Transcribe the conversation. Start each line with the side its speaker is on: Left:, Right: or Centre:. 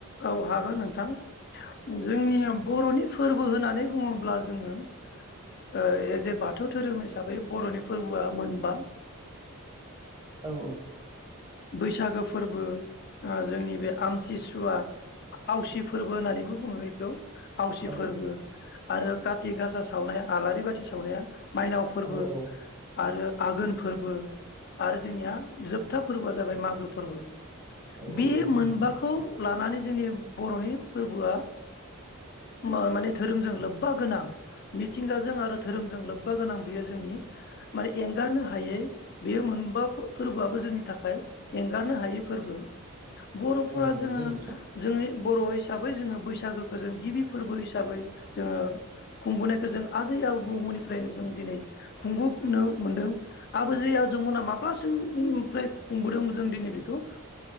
Left: औ हागोन नोंथां। जोंनिया बर'नि फोरबो होननानै बुङोब्ला जोङो ओ ऐजे बाथौ धोरोम हिसाबै बर'नि फोरबोआ मोनबा।
Right: औ -औ।
Left: बैसागो फोरबो अ जोंनि बे आमथिसुवा आवसि फोरबो होननानैबो बुङो बेखौ। आवसि
Right: औ
Left: फोरबो आरो <unintelligible> थि गासा सावनाय आलारि बाथि सावनाया मायनाव फोरबो
Right: औ औ
Left: आरो आघोन फोरबो आरो जोंनिया जोबथाब फोरबोआ जाबाय मागो फोरबो।
Right: औ
Left: बे
Right: औ नंगौ
Left: मोनबाखौ
Right: नोंथां
Left: लानानै जोंनि बर'नि फोरबोआ मा-माने धोरोमजों लोब्बा गोनां मिथिंगाजों आरो धोरोमजों लोब्बा गोनां बेयो जोंनि माने एंगारनो हायै बेयो मोनबा फोरबोआबो जोंनि थाखाय एंगारनो हायै फोरबो। बर'फोरा
Right: औ नंगौ
Left: जोङो
Right: नोंथां
Left: जोङै बर'यै हिसाबै जोङो बैसागोखो जों गिबि फोरबो हिसाबै जोङो खुंबोनायखौ जों आजै आबौमोननिफ्रायनो जों दिनै खुंबोनो मोनदों आबोजै आजौमोना माब्लासिम ओमफ्राय खुंबोदोंमोन जों दिनै बेखौ